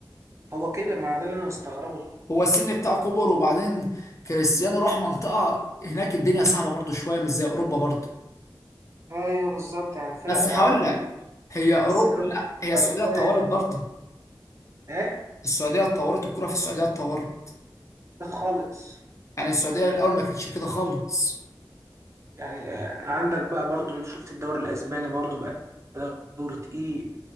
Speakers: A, on the right (about 35°); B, on the left (about 35°).
A: هو كبر ما انا ده اللي انا مستغربه
B: هو السن بتاعه كبر وبعدين كريستيانو راح منطقه هناك الدنيا صعبه برضو شويه مش زي اوروبا برضو
A: ايوه بالظبط يعني فرق
B: بس
A: تعبان
B: هقول لك
A: يعني.
B: هي اوروبا
A: بس دلوقتي
B: لا هي السعوديه
A: السعودية
B: اتطورت
A: بدأت
B: برضه
A: ايه
B: السعوديه اتطورت الكره في السعوديه اتطورت
A: خالص
B: يعني السعوديه الاول ما كانتش كده خالص
A: يعني آه، عندك بقى برضو أنا شفت الدوري الاسباني برضو بقى دوري تقيل